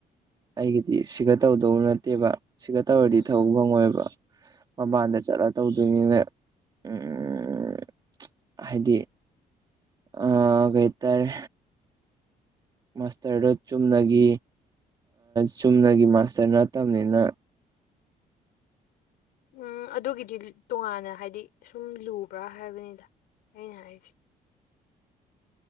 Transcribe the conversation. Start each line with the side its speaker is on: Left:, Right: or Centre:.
Right: ꯑꯩꯒꯤꯗꯤ ꯁꯤꯒ ꯇꯧꯗꯧ ꯅꯠꯇꯦꯕ ꯁꯤꯒ ꯇꯧꯔꯗꯤ
Left: ꯎꯝ
Right: ꯊꯧ ꯈꯪꯉꯣꯏꯕ ꯃꯄꯥꯟꯗ
Left: ꯎꯝ
Right: ꯆꯠꯂ ꯇꯧꯗꯣꯏꯅꯤꯅꯦ ꯎꯝ ꯎ ꯎ ꯍꯥꯏꯗꯤ ꯑꯥ ꯀꯩ ꯍꯥꯏꯇꯥꯔꯦ ꯃꯥꯁꯇꯔꯗꯣ ꯆꯨꯝꯅꯒꯤ ꯆꯨꯝꯅꯒꯤ ꯃꯥꯁꯇꯔ ꯅꯠꯇꯕꯅꯤꯅ
Left: ꯎꯝ ꯑꯗꯨꯒꯤꯗꯤ ꯇꯣꯉꯥꯟꯅ ꯍꯥꯏꯗꯤ ꯁꯨꯝ ꯂꯨꯕ꯭ꯔꯥ ꯍꯥꯏꯕꯅꯤꯗ ꯑꯩꯅ ꯍꯥꯏꯁꯤ